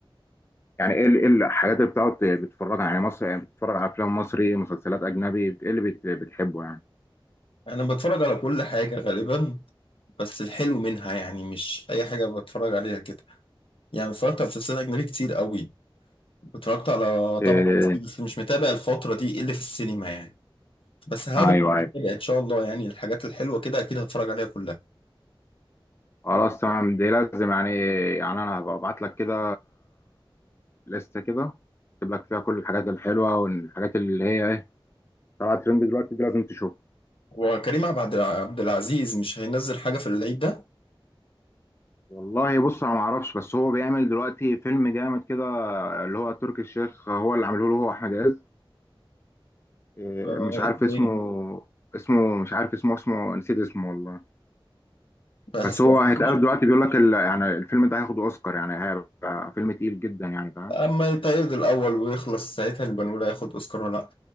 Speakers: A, on the left; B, on the left.
A: يعني ايه ال- إيه الحاجات اللي بتقعد بتتفرج على يعني مصر بتتفرج على افلام مصري مسلسلات اجنبي بت- ايه اللي بت- بتحبه يعني
B: انا بتفرج على كل حاجة غالبا بس الحلو منها يعني مش اي حاجة بتفرج عليها كده يعني اتفرجت على مسلسلات أجنبي كتير قوي اتفرجت على طبعا
A: إيه
B: مصري، بس مش متابع الفترة دي إيه اللي في السينما يعني بس هرجع
A: ايوه ايوه
B: أتابع إن شاء الله يعني الحاجات الحلوة كده أكيد هتفرج عليها كلها
A: خلاص تمام دي لازم يعني يعني انا هبقى ابعت لك كده لستة كده اكتب لك فيها كل الحاجات الحلوه والحاجات اللي هي ايه طلعت ترند دلوقتي دي لازم تشوفها
B: هو كريم عبد الع- عبد العزيز مش هينزل حاجة في العيد ده
A: والله بص انا ما اعرفش بس هو بيعمل دلوقتي فيلم جامد كده اللي هو تركي الشيخ هو اللي عامله له هو احمد عز إيه،
B: آه،
A: مش عارف
B: اسمه
A: اسمه
B: إيه
A: اسمه مش عارف اسمه اسمه نسيت اسمه والله
B: بس
A: بس هو هيتقال
B: مش
A: دلوقتي بيقول لك ال... يعني الفيلم ده هياخد اوسكار يعني هيبقى فيلم تقيل جدا يعني فاهم
B: أما يتعرض الأول ويخلص ساعتها نبقى نقول هياخد أوسكار ولا لأ